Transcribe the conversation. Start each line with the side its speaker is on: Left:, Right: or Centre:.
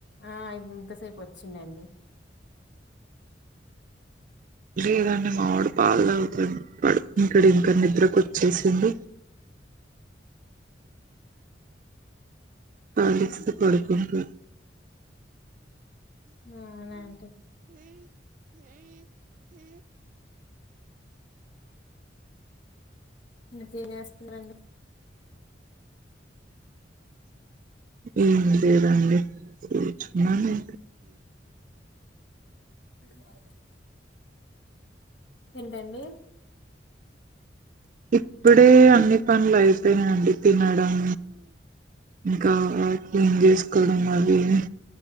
Left: ఆఁ ఇప్ ఇంతసేపొచ్చిందండి
Right: లేదండి మామిడు పాాల అవుతుంది పడు ఇంకడ్ ఇంక నిద్రకొచ్చేసింది పాలిస్తు పడుకుంది
Left: అవునా అండి ఇకేనే వస్తుందండి
Right: ఏం లేదండి కూచున్నాను
Left: మాయ మాటల్ ఏంటండి
Right: ఇప్పుడే అన్ని పనులు అయిపోనా అండి తినడం ఇంకా క్లీన్ జేస్కోడం అది ఇదీ